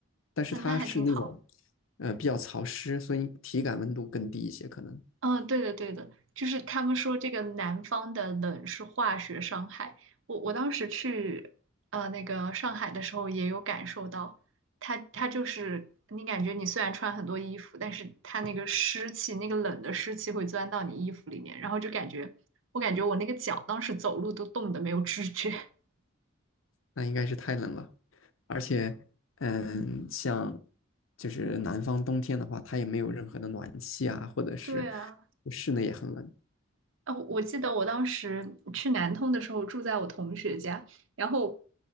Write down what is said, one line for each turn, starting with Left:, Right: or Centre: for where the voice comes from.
Left: 但是它是那种
Right: 嗯，那还挺好。
Left: 呃比较潮湿，所以体感温度更低一些，可能
Right: 嗯，对的对的，就是他们说这个南方的冷是化学伤害。我我当时去呃那个上海的时候也有感受到，它它就是你感觉你虽然穿很多衣服，但是它那个湿气，那个冷的湿气会钻到你衣服里面，然后就感觉我感觉我那个脚当时走路都冻得没有知觉。<laughs>
Left: 那应该是太冷了。而且，嗯，像就是南方冬天的话，它也没有任何的暖气啊，或者是
Right: 对啊。
Left: 室内也很冷。
Right: 哦，我记得我当时去南通的时候住在我同学家，然后